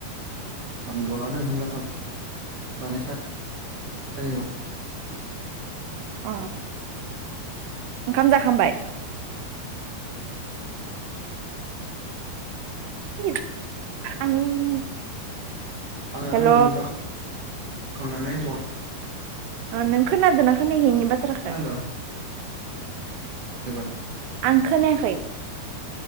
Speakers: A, on the right (about 55°); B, on the right (about 85°).
A: आं जना दं ओंखाम जाखांनानै सायायाव।
B: अ ओंखाम जाखांबाय? <unintelligible> आं
A: आङो
B: हेल'
A: <inaudible> जाखांनानै ज
B: नों खोनादोंना खोनायाखै आंनि बाथ्राखौ?
A: खोनादों <unintelligible>
B: आं खोनायाखै